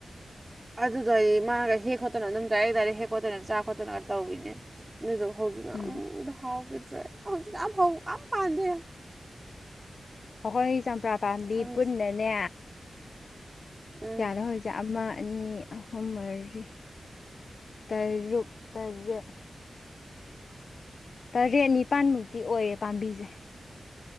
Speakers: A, on the right (about 20°); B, on the left (about 65°).
A: ꯑꯗꯨꯗ‌ꯣ ꯑꯩ ꯃꯥꯒ ꯍꯦꯛ ꯈꯣꯠꯇꯅ ꯑꯗꯨꯝ ꯗꯥꯏꯔꯦꯛ ꯗꯥꯏꯔꯦꯛ ꯍꯦꯛ ꯈꯣꯠꯇꯅ ꯆꯥ ꯈꯣꯠꯇꯅꯒ ꯇꯧꯏꯅꯦ ꯑꯗꯨꯗꯨꯒ ꯍꯧꯖꯤꯛꯅ
B: ꯎꯝ
A: ꯑꯝꯇ ꯍꯥꯎꯈꯤꯗ꯭ꯔꯦ ꯍꯧꯖꯤꯛꯅ ꯑꯝꯐꯥꯎ ꯑꯝ ꯄꯥꯟꯗꯦ
B: ꯑꯩꯈꯣꯏ ꯆꯝꯄ꯭ꯔꯥ ꯄꯥꯝꯕꯤ
A: ꯈꯪꯗꯦ
B: ꯄꯨꯟꯅꯅꯦ
A: ꯎꯝ
B: ꯀꯌꯥꯅꯣ ꯍꯧꯁ ꯑꯃ ꯑꯅꯤ ꯑꯍꯨꯝ ꯃꯔꯤ ꯇꯔꯨꯛ ꯇꯔꯦꯠ ꯇꯔꯦꯠ ꯅꯤꯄꯥꯟꯃꯨꯛꯇꯤ ꯑꯣꯏꯌꯦ ꯄꯥꯝꯕꯤꯖ‌ꯦ